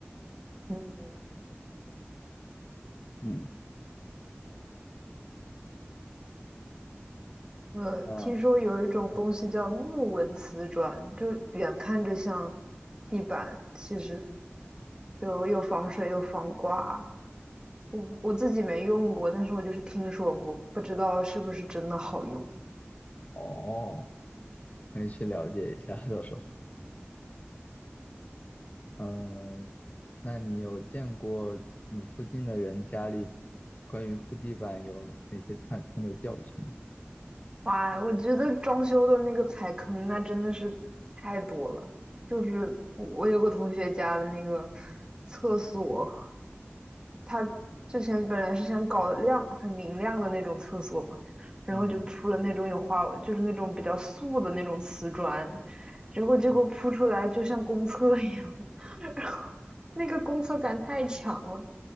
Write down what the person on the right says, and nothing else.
嗯，
我听说有一种东西叫木纹瓷砖，
就远看着像地板，其实又又防水又防刮。我我自己没用过，但是我就是听说过，不知道是不是真的好用。
哇，我觉得装修的那个踩坑那真的是太多了，就是我有个同学家的那个。厕所。他之前本来是想搞亮很明亮的那种厕所嘛，然后就铺了那种有花，
就是那种比较素的那种瓷砖，结果结果铺出来就像公厕一样，
<laughs> 然后那个公厕感太强了，